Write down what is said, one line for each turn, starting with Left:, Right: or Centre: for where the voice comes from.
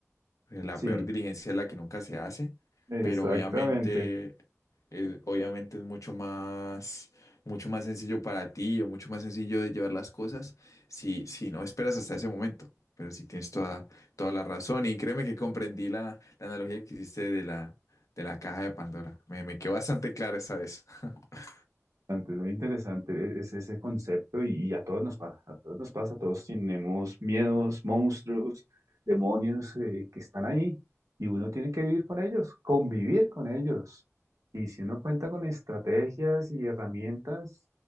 Left: Eh, La
Right: Sí,
Left: peor diligencia es la que nunca se hace,
Right: exactamente.
Left: pero obviamente, eh, obviamente es mucho más, mucho más sencillo para ti o mucho más sencillo de llevar las cosas si, si no esperas hasta ese momento. Pero si tienes toda, toda la razón y créeme que comprendí la, la analogía que hiciste de la, de la caja de Pandora. Me, me quedó bastante clara esa vez. <laughs>
Right: Interesante, muy interesante es ese concepto y, y a todos nos pasa, a todos nos pasa, todos tenemos miedos, monstruos, demonios eh, que están ahí y uno tiene que vivir con ellos, convivir con ellos. Y si uno cuenta con estrategias y herramientas,